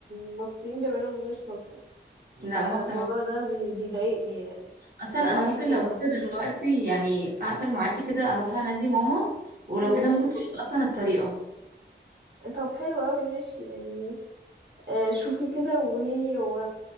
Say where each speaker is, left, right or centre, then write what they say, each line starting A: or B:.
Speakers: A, on the right; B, on the right.
A: المصريين بيعملوها من غير صلصة
B: لا
A: فالموضوع
B: ماما بتعمل
A: ده بي... بيضايقني يعني
B: اصلا
A: ما بعرفش
B: انا ممكن
A: اكلها
B: لو كده
A: اصلا
B: دلوقتي يعني اقفل معاكي كده اروح انادي ماما ولو
A: ماشي
B: كده ممكن تقولي اصلا الطريقة
A: طب حلو قوي ماشي يعني آه، شوفي كده وقولي لي و...